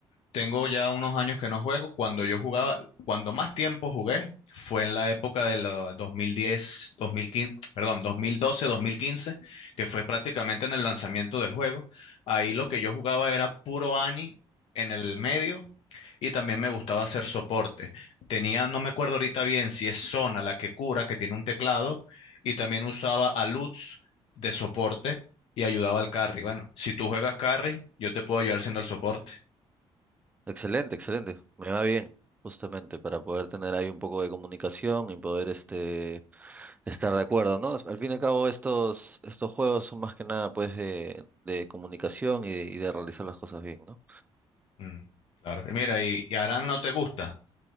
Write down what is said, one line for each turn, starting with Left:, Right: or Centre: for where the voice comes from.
Left: tengo ya unos años que no juego. Cuando yo jugaba, cuando más tiempo jugué fue en la época de los 2010, 2015, perdón, 2012, 2015, que fue prácticamente en el lanzamiento del juego. Ahí lo que yo jugaba era puro Ani en el medio y también me gustaba hacer soporte. Tenía, no me acuerdo ahorita bien si es Zona la que cura, que tiene un teclado, y también usaba a Lutz de soporte y ayudaba al carry. Bueno, si tú juegas carry, yo te puedo ayudar siendo el soporte.
Right: Excelente, excelente. Me va bien, justamente, para poder tener ahí un poco de comunicación y poder este, estar de acuerdo, ¿no? Al fin y al cabo, estos, estos juegos son más que nada pues de, de comunicación y de, y de realizar las cosas bien, ¿no?
Left: Mm, claro. Y mira, y, y Aran no te gusta.